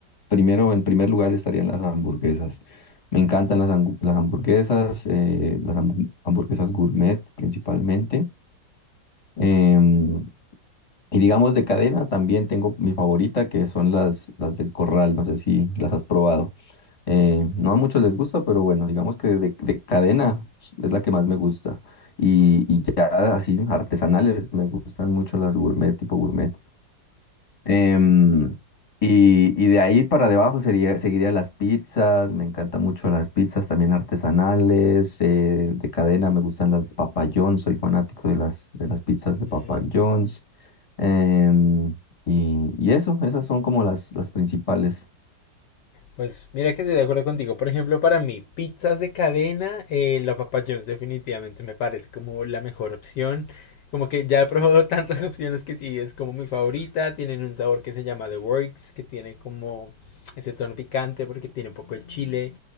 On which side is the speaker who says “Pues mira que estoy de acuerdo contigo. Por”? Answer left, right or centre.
Left